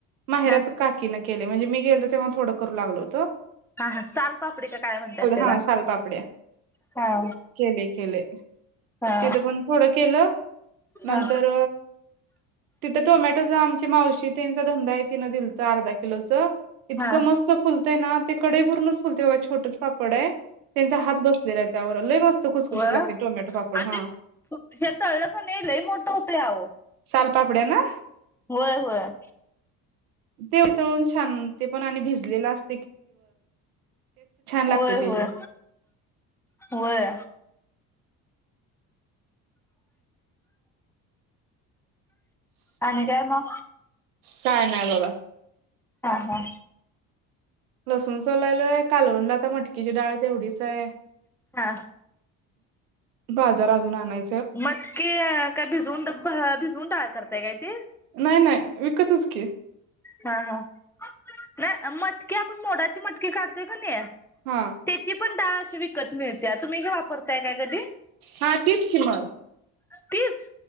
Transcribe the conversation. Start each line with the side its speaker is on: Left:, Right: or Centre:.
Right: माहेरात
Centre: हा
Right: काकी न केले म्हणजे मी गेलतो तेव्हा थोडं करू लागलोतो
Centre: हा हा सालपापडी का काय म्हणतात तेला
Right: हा सालपापड्या
Centre: हा
Right: केले केले
Centre: हा
Right: तिथं पण थोडं केलं नंतर
Centre: हा
Right: तिथं टोमॅटोच आमची मावशी ते तेचा धंदा आहे तिन दिलत अर्धा किलो चं इतकं
Centre: हा
Right: मस्त फुलत ना ते कडइ पूर्णच फुलते बघा छोटच पापड आहे तेचा हात बसलेला त्यावर लई मस्त खुसखुशीत
Centre: व्हय
Right: लागते टोमॅटो पापड
Centre: आणि
Right: हा
Centre: ते तळलं पण लई मोठ होतय आओ
Right: सालपापड्या ना
Centre: व्हय व्हय
Right: ते वीतळून छान ते पण आणि भिजलेलं आस लागते
Centre: होय
Right: त्याची
Centre: होय व्हय आणि काय म
Right: काय नाही बघा
Centre: हा, हा
Right: लसूण सोलायलोय कालवणला आता मटकीची डाळ तेवढीच आहे.
Centre: हा
Right: बाजार आजून आणाय
Centre: मटकी काय भिजवून भिजून डाळ करताय काय ती?
Right: नाही नाही विकतच की
Centre: हा हा नाही मटकी आपण मोडाची मटकी काढतोय कणी
Right: हा.
Centre: तेची पण डाळ विक -- त मिळतिया. तुम्ही ही वापरताय काय कधी?
Right: हा तीच कि मग.
Centre: तीच